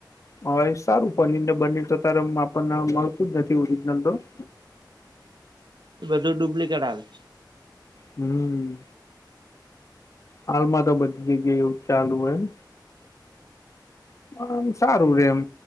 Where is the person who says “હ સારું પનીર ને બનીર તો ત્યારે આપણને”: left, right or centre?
Left